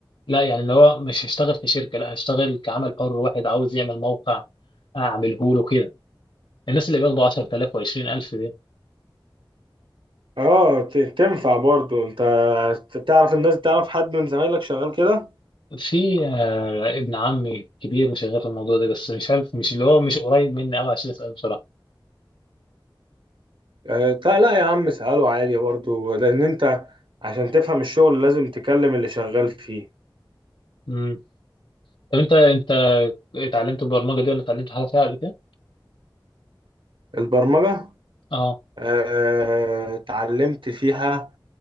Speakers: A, on the left; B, on the right.
A: لا يعني اللي هو مش هشتغل في شركة لا هشتغل كعمل حر واحد عاوز يعمل موقع آه، اعمله له كده الناس اللي بياخدوا 10000 و20000 دي
B: اه ت- تنفع برضو انت تعرف الناس تعرف حد من زمايلك شغال كده
A: في آه ابن عمي كبير شغال في الموضوع ده بس مش عارف مش اللي هو مش قريب مني قوي عشان اسأله بصراحة
B: آه، لا لا يا عم اسأله عادي برضو لان انت عشان تفهم الشغل لازم تكلم اللي شغال فيه
A: امم طب انت انت اتعلمت البرمجة دي ولا اتعلمت حاجة فيها قبل كده؟
B: البرمجة
A: اه
B: آه، اتعلمت فيها